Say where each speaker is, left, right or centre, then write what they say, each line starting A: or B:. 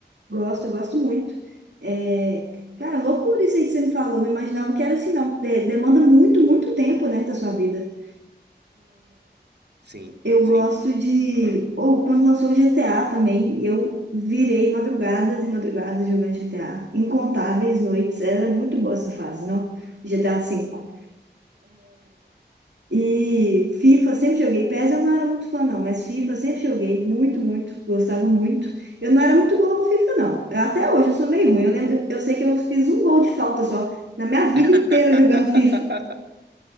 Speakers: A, on the right (about 80°); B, on the right (about 70°).
A: gosto, gosto muito. É, cara, loucura isso aí que você me falou. Não imaginava que era assim, não. De- demanda muito, muito tempo, né, da sua vida.
B: Sim.
A: Eu
B: Sim.
A: gosto de. Ou quando lançou o GTA também, eu virei madrugadas e madrugadas jogando GTA. Incontáveis noites. Era muito boa essa fase, não? GTA V. E FIFA, sempre joguei. PES eu não era muito fã, não, mas FIFA sempre joguei muito, muito, gostava muito. Eu não era muito boa no FIFA, não. Eu- Até hoje eu sou meio ruim. Eu lembro, eu eu sei que eu fiz um gol de falta só na minha vida
B: <laughs>
A: inteira jogando FIFA.